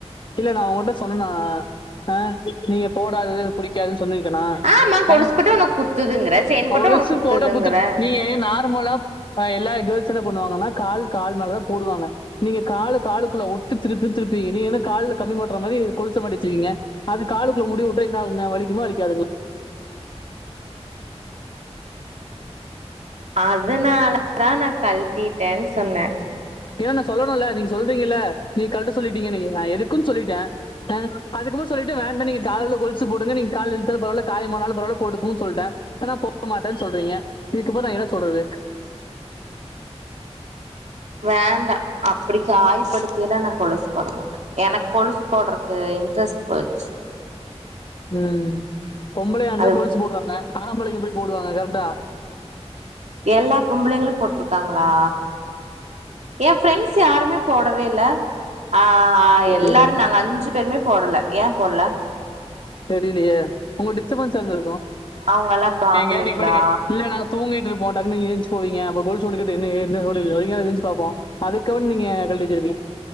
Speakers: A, on the left; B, on the right.
A: இல்ல நான் உங்ககிட்டசொன்னேனா நா ஆஹ நீங்க போடாதது புடிக்காது சொனல்லீர்க்கேனா
B: ஆமா கொலுசு
A: அ
B: போட்டா உனக்கு குத்துதுங்கிற செயின்
A: கொலுசு
B: போட்டா உனக்கு குத்துதுங்கிற
A: போடத்துரு நீ நார்மலா எல்லா கேல் என்ன பண்ணுவாங்கன்னா கால் த்ன பன்னுவாங்கனா கால் மேல தான் போடுவாங்க நீங்க கால காலுக்குள்ள ஒட்டுதிருதிரு னக்கு கால்ல கம்பிபொட்ரமாரி கொலுசு மாட்டி வச்சுர்க்கீங்க அந்த காலுக்குல்ல முடிய உட்டா எண்னாகுங்க
B: அதனால தான் நா கல்ட்டிட்டேன் சொன்னே
A: ஏன்னான்னா சொல்லணு ல்ல நீங்க சொல்றீங்கள நீங்க கல்ட்ட சொல்லிட்டீங்க நீங்க நான் எதுக்குன்னு சொல்லிட்டே அஹ் அதுக்கப்புரொ சொல்லிட்டன் வேண்டா நீங்க கால்ல கொளுசு போடுங்க நீங்க கால இழுத்தா பரவால்ல காயமானாலும் பரவால்ல போடுக்குன்னு சொல்லிட்டே ஆனான் போட்டுக்க மாட்டேன்னு சொல்றீங்க இதுக்கப்புறொ நா எத சொல்றது
B: வேண்டாம் அப்படி கா காயப்படுத்திலா நாகொலுசு போட மாட்டே எனக்கு கொலுசு போடுறக்கு இன்ட்ரெஸ்ட் போய்டுச்சு
A: உஹம் பொம்பளையா இருந்தா
B: அது
A: கொலுசு போடுவாங்க ஆம்பளக்கு எப்படி போடுவாங்க கரெக்டா
B: எல்லா பொம்பளைங்களும் போட்டிருக்காங்களா என் ப்ரெண்ட்ஸ் யாருமே போடவே இல்ல ஆஹ்
A: தெரியல.
B: எல்லாரும் நாங்க அஞ்சு பேருமே போடல ஏன் போல்ல
A: தெரியிலியே உங்கடே ச்ச சேர்ந்திருக்கோம்
B: அவங்கல்லா இப்ப ஆம்பளைங்களா
A: எங்க நீ படிக்க இல்லங்க நாங் தூங்கிட்டுருப்போ டக்குனு நீங்க எந்தரிச்சு போங்கப்போ கோல் சொல்லிட்டு என்ன என்ன சொங்க எரிச்சுபப்போம் அதுக்குன்ன நீங்க கட்டி வச்சிருப்பீங்க